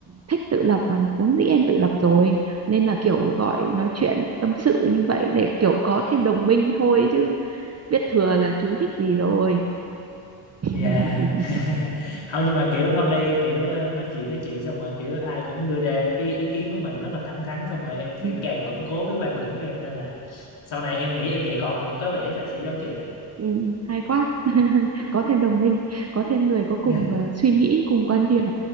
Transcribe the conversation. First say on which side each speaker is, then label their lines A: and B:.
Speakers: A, on the right; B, on the left.
A: thích tự lập và vốn dĩ em tự lập rồi nên là kiểu gọi nói chuyện tâm sự như vậy để kiểu có thêm đồng minh thôi chứ biết thừa là chú thích gì rồi
B: Dạ
A: <laughs>
B: <laughs> Không nhưng mà kiểu hôm nay kiểu ờ, nói chuyện với chị xong rồi kiểu ai cũng đưa ra cái ý kiến của mình rất là thẳng thắn xong rồi em
A: ừ.
B: sẽ
A: thật.
B: càng củng cố cái quan điểm của em nên là sau này em nghĩ em dạy con cũng có vẻ là sẽ giống chị đó.
A: Ừ, hay quá <laughs> có thêm đồng minh có thêm người có
B: <laughs>
A: cùng ờ, suy nghĩ cùng quan điểm